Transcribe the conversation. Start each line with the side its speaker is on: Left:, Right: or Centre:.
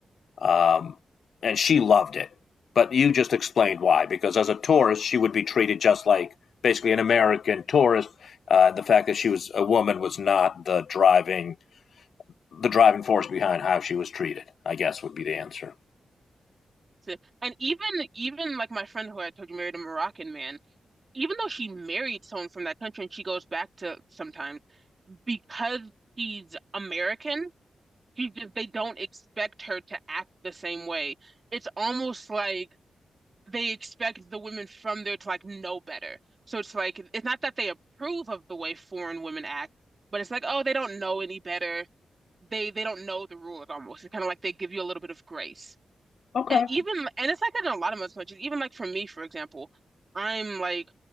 Left: um, and she loved it. But you just explained why, because as a tourist, she would be treated just like basically an American tourist. Uh, the fact that she was a woman was not the driving the driving force behind how she was treated. I guess would be the answer.
Right: So, and even even like my friend who I told you married a Moroccan man, even though she married someone from that country and she goes back to sometimes because she's American, she just they don't expect her to act the same way. It's almost like they expect the women from there to like know better. So it's like it's not that they approve of the way foreign women act, but it's like, oh, they don't know any better. They they don't know the rules almost. It's kind of like they give you a little bit of grace.
Left: Okay.
Right: And even and it's like that in a lot of other countries. Even like for me, for example, I'm like